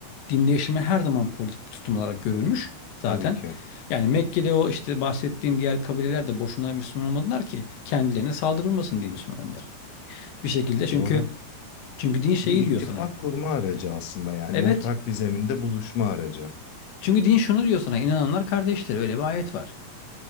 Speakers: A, on the left; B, on the left.
A: Din değiştirme her zaman politik bir tutum olarak görülmüş zaten.
B: Tabii ki.
A: Yani Mekke'de o işte bahsettiğin diğer kabileler de boşuna Müslüman olmadılar ki kendilerine saldırılmasın diye Müslüman oldular. Bir şekilde çünkü
B: Doğru.
A: çünkü din şeyi
B: Bir ittifak
A: diyor sana.
B: kurma aracı aslında yani
A: Evet.
B: ortak bir zeminde buluşma aracı.
A: Çünkü din şunu diyor sana. İnananlar kardeştir. Öyle bir ayet var.